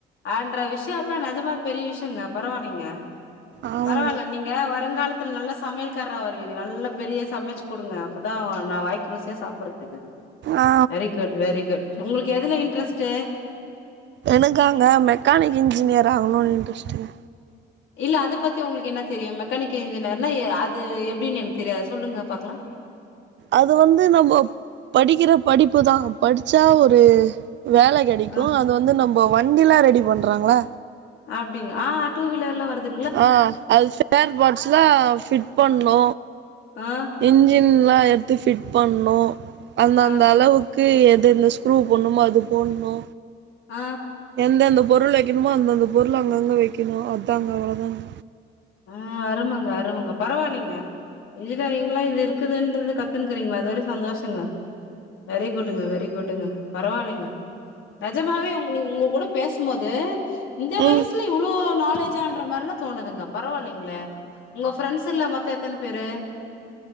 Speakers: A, on the left; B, on the right.
A: அன்ற விஷயம் எல்லா நஜமா பெரிய விஷயங்க பரவால்லைங்க
B: ஆமாங்க
A: பரவால்ல நீங் ங்க வருங்காலத்தில நல்ல சமையல்காரா வருவீங்க நல்ல பெரிய சமச்சு குடுங்க அப்பதா நா வாய் க்கு ருசியா சாப்டுறதுக்கு
B: ஆ
A: வெரி குட் வெரி குட் உங்களுக்கு எதுல இன்ட்ரெஸ்ட்டு
B: எனக்காங்க மெக்கானிக் இன்ஜினியர் ஆகணுன் இன்ட்ரெஸ்ட்டுங்க
A: இல்ல அதை பத்தி உங்களுக்கு என்ன தெரியு மெக்கானிக் இன்ஜினியர்னா அது எப்டின்னு எனக்கு தெரியாது சொல்லுங்க பாக்கலா
B: அது வந்து நம்ம படிக்கிற படிப்பு தா படிச்சா ஒரு வேலை கிடைக்கு
A: ஆ
B: அது வந்து நம்ப வண்டிலா ரெடி பண்றாங்களா
A: அப்டிங் ஆ டூ வீலர்லா வருது
B: ஆ அது ஃபேர்பாட்ஸ்லா ஃபிட் பண்ணு
A: ஆ
B: இன்ஜின்லா எட்த்து ஃபிட் பண்ணு அந்த
A: ஆ
B: அந்த அளவுக் கு எது இந்த ஸ்க்ரூ போண்ணுமோ அது போண்ணு
A: ஆ
B: எந்தெந்த பொருள் வைக்கணுமோ அந்தந்த பொருள் அங்கங்க வைக்கணு அதாங்க அவ்ளோதாங்க
A: ஆ அருமங்க அருமங்க பரவால்லைங்க இன்ஜினியரிங்ல இது இருக்குதுன்றது கத்துன்னுக்கிறீங்கள அது வரை சந்தோஷங்க வெரி குட்டுங்க வெரி குட்டுங்க பரவால்லைங்க நெஜமாவே உங்க நீ உங்க கூட பேசும்போது இந்த வயசுல
B: ம்
A: இவ்ளோ நாலேஜான்ற மாத்ரிலா தோணுதுங்க பரவால்லைங்களே உங்க ஃப்ரெண்ட்ஸ் எல்லா மொத்த எத்தன பேரு